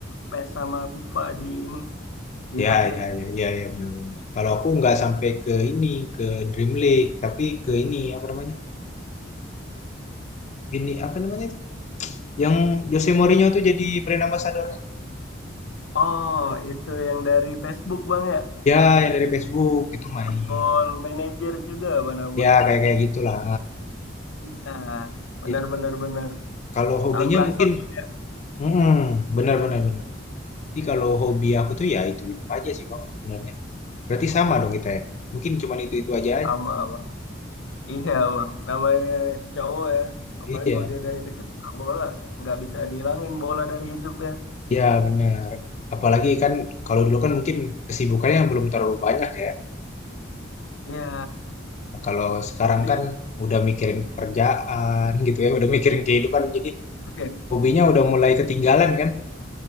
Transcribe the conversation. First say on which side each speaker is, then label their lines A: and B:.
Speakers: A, on the left; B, on the left.
A: PES sama FIFA di ini di
B: Ya,
A: HP.
B: ya, ya, ya, ya benar-benar. Kalau aku nggak sampai ke ini, ke Dream League, tapi ke ini apa namanya? Ini apa namanya? tuh? Yang Jose Mourinho tuh jadi brand ambassador-nya.
A: Oh, itu yang dari Facebook bang ya,
B: Ya, yang dari Facebook itu main.
A: Football Manager juga apa namanya.
B: Ya, kayak kayak gitulah.
A: Iya, benar-benar
B: Jadi
A: benar. benar.
B: kalau hobinya
A: Tahun belasan
B: mungkin,
A: bang ya,
B: hmm, benar, benar, benar. Jadi kalau hobi aku tuh ya itu itu aja sih bang sebenarnya. Berarti sama dong kita ya. Mungkin cuman itu itu aja.
A: sama bang. Iya bang, namanya cowok ya. Apalagi
B: Iya,
A: kalau dia dari kecil suka bola, nggak bisa dihilangin bola dari hidup ya.
B: iya benar. Apalagi kan kalau dulu kan mungkin kesibukannya yang belum terlalu banyak ya.
A: Iya,
B: Nah, Kalau sekarang
A: jadi.
B: kan udah mikirin pekerjaan gitu ya, udah mikirin kehidupan,
A: ya,
B: jadi
A: Oke.
B: hobinya udah mulai ketinggalan kan?